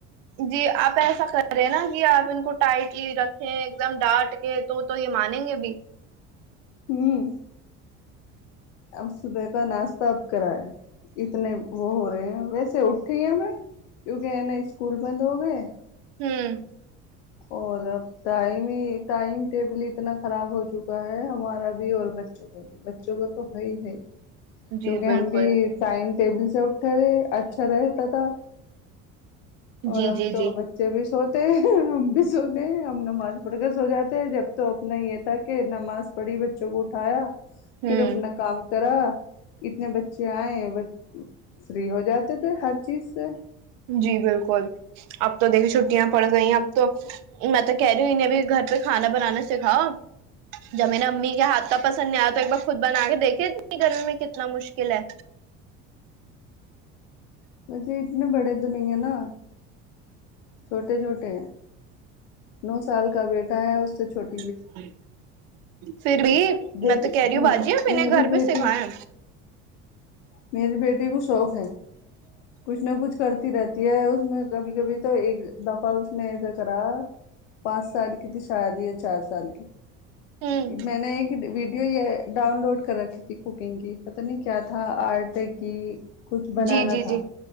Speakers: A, on the right; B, on the left.
A: جی آپ ایسا کر رہے نا آپ ان کو ٹائٹلی رکھیں ایک دم ڈانٹ کے تو تو یہ مانیں گے بھی
B: ہوں اب صبح کا ناشتہ اب کراائے اتنے وہ ہو رہے ہیں ویسے اٹھی ہے ہم کیونکہ ہے ن اسکول بند ہو گئے
A: ہوں
B: اور اب ٹائم ہی ٹائم ٹیبل اتنا خراب ہو چکا ہے ہمارا بھی اور بچوں کا بھی بچوں کا تو ہے ہی ہے ہی
A: جی
B: کیونکہ
A: بالکل
B: ہم بھی ٹائم ٹیبل سے اٹھ رہے اچھا رہتا تھا اور
A: جی
B: اب
A: جی
B: تو
A: جی
B: بچے بھی سو تو ہم بھی سوتےے ہمن مال پکس ہو جاتے جب تو اپنا ہی یہ تھا نماز پڑھی بچوں کو اٹھایا
A: ہوں
B: پھر اپنا کام کررا اتنے بچے آئے وہ فری ہو جاتے تھے ہر چیز سے
A: جی بالکل اب تو دیکھیے چھٹیاں پڑ گئی اب تو میں تو کہہ رہی ہوں انیںبھی گھر پہ کھانا بنانا سکھاؤ جب میرے امی کے ہاتھ کا پسند نہیں آیا تو ایک بار خود بنا کے دیکھے گرمی میں کتنا مشکل ہے
B: وے اتنے بڑے دنے نا چھوٹے چھوٹے نو سال کا بیٹا ہے اس سے چھوٹے
A: <inaudible> <inaudible> پھر بھی
B: بیٹی
A: میں تو کہہ رہی ہوں باجی ہےپیں
B: میری
A: گھر
B: بیٹی
A: پہ سکھایا
B: میری بیٹی پ شوق ہے کچھ نہ کچھ کرتی رہتی ہے اس میں کبھی کبھی تو ایک دفعہ اس نے ایسا کرا پانچ سال کی تھی شاید ہی یا چار سال کی
A: ہوں
B: میں نے ایک ویڈیو یہ ڈاؤن لوڈ کر رکھی تھی کوکنگ کی پتہ نہیں کیا تھا آر ت کی کچھ بنانا
A: جی جی
B: تھا
A: جی